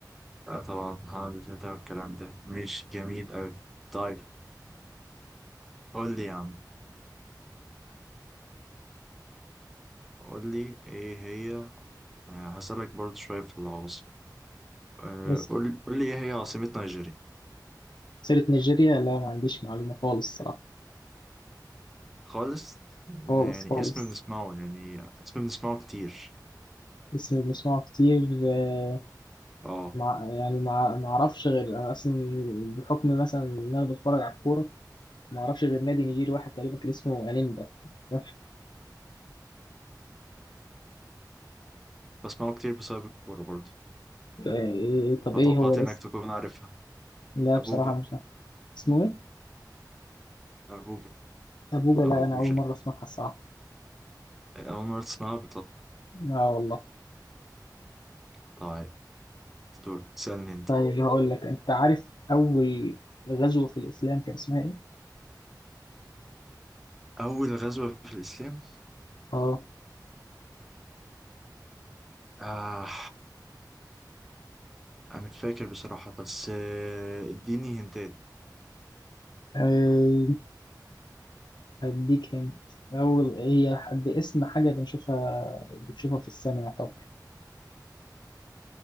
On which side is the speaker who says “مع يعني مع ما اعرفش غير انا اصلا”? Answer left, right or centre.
Left